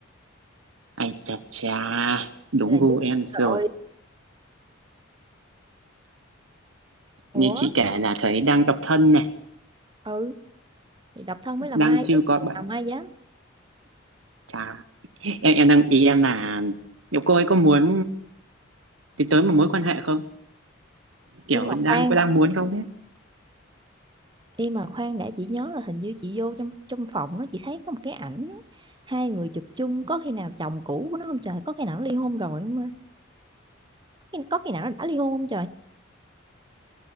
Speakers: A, on the right; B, on the right.
A: ai chà chà đúng
B: Vậy là
A: gu
B: dư
A: em
B: sức
A: rồi
B: rồi
A: như
B: ủa
A: chị kể là thấy đang độc thân này
B: ừ thì độc thân mới làm
A: đang
B: ai
A: chưa
B: chứ
A: có
B: không
A: bạn
B: chồng ai dám
A: chà em em đang ý em là liệu cô ấy có muốn tiến tới một mối quan hệ không kiểu
B: im mà
A: đang
B: khoan
A: có đang muốn không ấy
B: im mà khoan đã chị nhớ là hình như chị vô trong trong phòng nó chị thấy có một cái ảnh hai người chụp chung có khi nào chồng cũ của nó không trời có khi nào nó ly hôn rồi không à? có khi, có khi nào nó đã ly hôn không trời